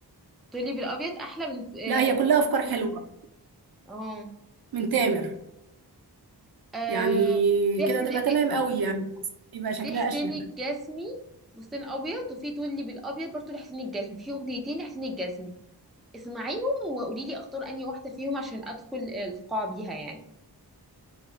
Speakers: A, in the centre; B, on the right.
A: تقولي بالابيض احلى من اه
B: لا هي كلها افكار حلوه
A: اه
B: من تامر
A: آه،
B: يعني
A: في
B: كده
A: حسين
B: تبقى
A: في
B: تمام قوي يعني يبقى
A: في
B: شكلها
A: حسين
B: اشنك
A: الجسمي فستان ابيض وفي تقولي بالابيض برضو لحسين الجسمي في اغنيتين لحسين الجسمي اسمعيهم وقولي لي اختار انهي واحده فيهم عشان ادخل القاعه بيها يعني